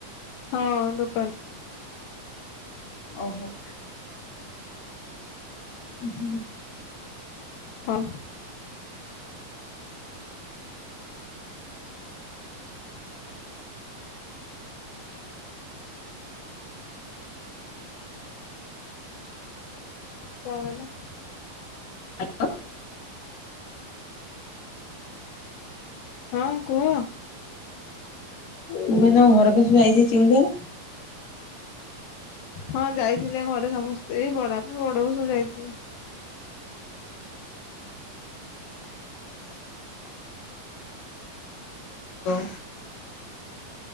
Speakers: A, on the left; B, on the left.
A: ହଁ ଦୋକାନ।
B: ଓହୋ। ହୁ ହୁଁ।
A: ହଁ। କଁ କହିଲେ?
B: ହ୍ୟାଲୋ।
A: ହଁ କୁହ।
B: ମୁଁ କହିଲି ତମ ଘରକୁ ଯୁ ଯାଇଥିଲି ଚିହ୍ନିଥିବ।
A: ହଁ ଯାଇଥିଲେ ଘରେ ସମସ୍ତେ ଏ ବଡ ବାପା ବଡବୋଉ ସବୁ ଯାଇଥିଲେ।
B: ହ <inaudible>